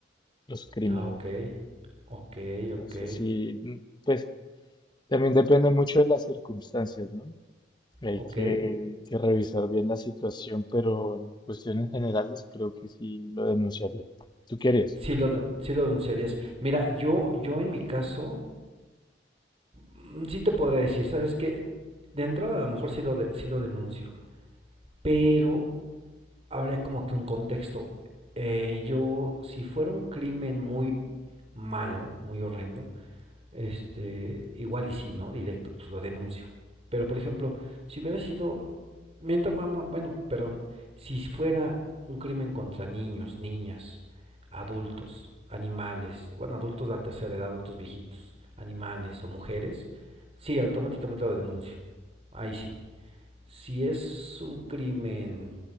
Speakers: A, on the left; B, on the right.
A: los crímenes.
B: Ah, ok,
A: ¿no?
B: ok,
A: Entonces
B: ok,
A: sí, mm, pues También depende mucho de las circunstancias, ¿no? Hay
B: ok.
A: que, que revisar bien la situación, pero en cuestiones generales creo que sí lo denunciaría. ¿Tú qué harías?
B: Sí lo, den- sí lo denunciarías. Mira, yo, yo en mi caso, mm, sí te podría decir, ¿sabes qué? De entrada a lo mejor sí lo, de, sí lo denuncio, pero habría como que un contexto. Eh, yo, si fuera un crimen muy malo, muy horrendo, este, igual y si no, directo, pues lo denuncio. Pero por ejemplo, si hubiera sido, mientras, bueno, perdón, si fuera un crimen contra niños, niñas, adultos, animales, bueno, adultos de la tercera edad, adultos viejitos, animales o mujeres, sí, automáticamente lo denuncio. Ahí sí. Si es un crimen